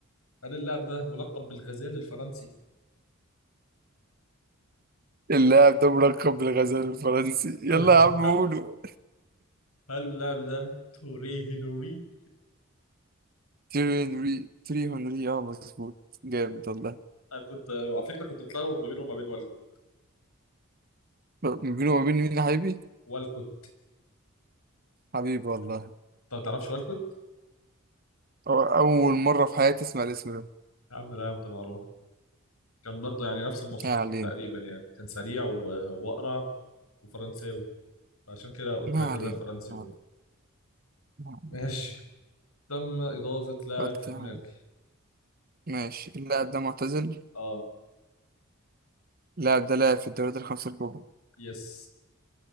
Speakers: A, on the left; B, on the right.
A: هل اللاعب ده ملقب بالغزال الفرنسي
B: اللاعب ده ملقب بالغزال الفرنسي يلا
A: <laughs>
B: يا عم قولوا
A: هل اللاعب ده توري هنري
B: تيري هنري تيري هنري اه مظبوط جامد والله
A: انا كنت على فكره كنت بتلخبط ما بينه وما بين والكوت
B: ما بينه وما بين مين يا حبيبي
A: والكوت
B: حبيبي والله
A: انت ما تعرفش والكوت
B: أو أول مرة في حياتي أسمع الاسم ده
A: يا عم لا يا عم ده معروف كان برضه يعني نفس المواصفات
B: ما علينا
A: تقريبا يعني كان سريع و- وأقرع وفرنساوي فعشان كده قلت
B: ما
A: لك
B: علينا
A: غزال فرنسي
B: ما
A: بقى
B: علينا.
A: ماشي تم إضافة لاعب
B: قلت
A: في دماغي
B: يعني. ماشي اللاعب ده معتزل
A: اه
B: اللاعب ده لعب في الدوريات الخمسة الكبرى
A: يس